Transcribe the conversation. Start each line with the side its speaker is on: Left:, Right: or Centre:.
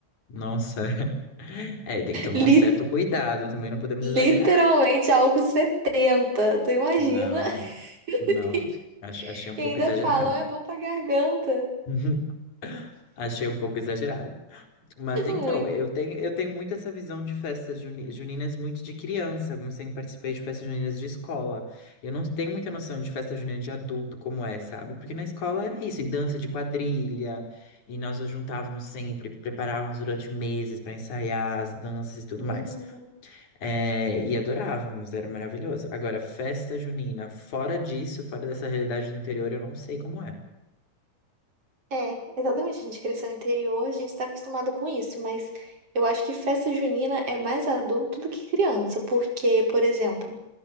Left: nossa. <laughs> É, tem que tomar
Right: Li-
Left: um certo cuidado, também não podemos
Right: literalmente
Left: exagerar.
Right: álcool setenta Tu imagina?
Left: Não,
Right: <laughs>
Left: não. Ach- Achei um
Right: E
Left: pouco
Right: ainda
Left: exagerado.
Right: falam, é bom pra garganta.
Left: <laughs> Achei um pouco exagerado. Mas então,
Right: Muito.
Left: eu tenho, eu tenho muito essa visão de festas juni- juninas muito de criança, como sempre participei de festas juninas de escola. Eu não tenho muita noção de festa junina de adulto como é, sabe? Porque na escola era isso, e dança de quadrilha, e nós nos juntávamos sempre, preparávamos durante meses para ensaiar as danças e tudo
Right: Uhum.
Left: mais. É, e adorávamos, era maravilhoso. Agora, festa junina, fora disso, fora dessa realidade do interior, eu não sei como é.
Right: É, exatamente. A gente cresceu no interior, a gente tá acostumado com isso, mas eu acho que festa junina é mais adulto do que criança, porque, por exemplo.